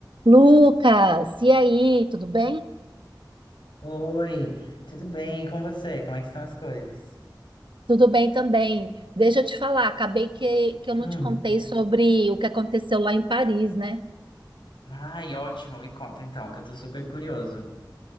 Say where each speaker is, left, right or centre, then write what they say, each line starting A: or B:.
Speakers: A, on the right (about 85°); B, on the left (about 75°).
A: Lucas, e aí, tudo bem?
B: Oi, tudo bem? E com você? Como é que estão as coisas?
A: Tudo bem também. Deixa eu te falar, acabei que, que eu não
B: Hum.
A: te contei sobre o que aconteceu lá em Paris, né?
B: Ai, ótimo, me conta então, que eu tô super curioso.